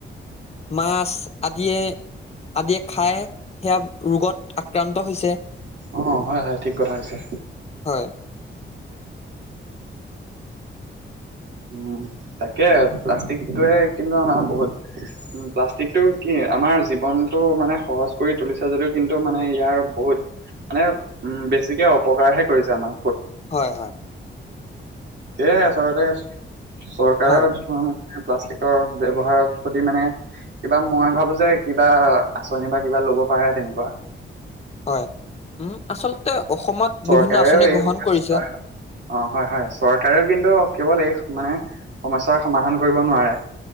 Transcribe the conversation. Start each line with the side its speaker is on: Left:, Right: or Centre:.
Left: মাছ আদিয়ে আদিয়ে খাই সেয়া ৰোগত আক্ৰান্ত হৈছে।
Right: অ' হয়-হয় ঠিক কথা হৈছে।
Left: হয়
Right: উ, তাকে প্লাষ্টিকটোৱে কিন্তু আমাৰ বহুত উ প্লাষ্টিকটো কি। আমাৰ জীৱনতটো মানে সহজ কৰি তুলিছে যদিও কিন্তু মানে ইয়াৰ বহুত মানে উম, বেছিকে অপকাৰহে কৰিছে আমাৰ।
Left: হয়-হয়।
Right: এ আছলতে চৰকাৰে
Left: হয়
Right: প্লাষ্টিকৰ ব্যৱহাৰৰ প্ৰতি মানে কিবা মই ভাবো যে কিবা আচনি বা কিবা ল'ব পাৰে তেনেকুৱা।
Left: হয় উম, আচলতে অসমত
Right: চৰকাৰেও
Left: বিভিন্ন আঁচনি
Right: এই
Left: গ্ৰহণ
Right: সমস্যা
Left: কৰিছে
Right: অ, হয়-হয় চৰকাৰেও কিন্তু কেৱল এই মানে সমস্যাৰ সমাধান কৰিব নোৱাৰে।